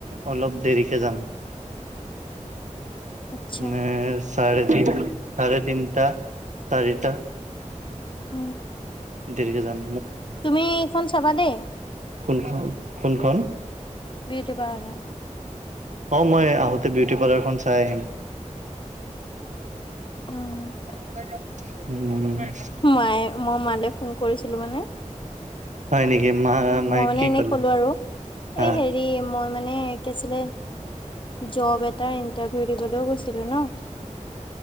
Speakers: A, on the right (about 70°); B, on the left (about 40°).
A: অলপ দেৰিকে যাম
B: আচ্ছা
A: মানে চাৰে তিনিটা চাৰে তিনিটা চাৰিটা
B: উম
A: দীঘজাম
B: তুমি এইখন চাবা দেই
A: কোনখন কোনখন
B: বউটি পাৰ্লাৰ
A: অ মই আহোঁতে বিউটি পাৰ্লাৰখন চাই আহিম
B: উম
A: উম
B: মায়ে মই মালে ফোন কৰিছিলো মানে
A: হয় নেকি মা মায়ে
B: মই মানে
A: কি
B: এনে
A: ক'লে
B: কলো আৰু
A: হা
B: এই হেৰি হেৰি মই মানে কি আছিলে জব এটা ইণ্টাৰভিউ দিবলৈও গৈছিলো ন